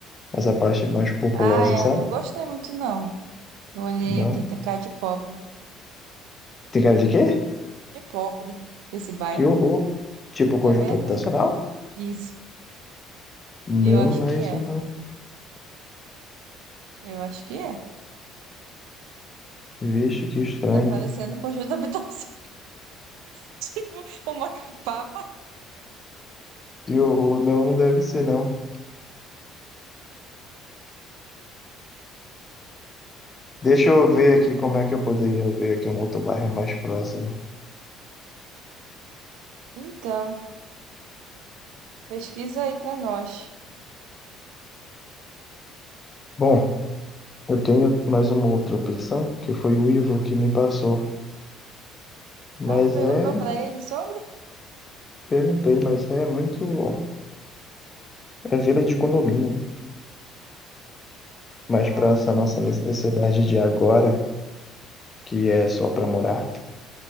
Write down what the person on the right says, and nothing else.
ah, é,
eu não gostei muito não. Olhei
aqui, tem cara de pobre.
De pobre, esse bairro.
É verdade?
Isso.
E eu acho
que
é.
Eu acho que é.
Tá parecendo um conjunto habitacional, <laughs> tipo uma capaba.
Então, pesquisa aí pra nós.
Ah, tu perguntou
pra ele sobre?
Ah,
entendi.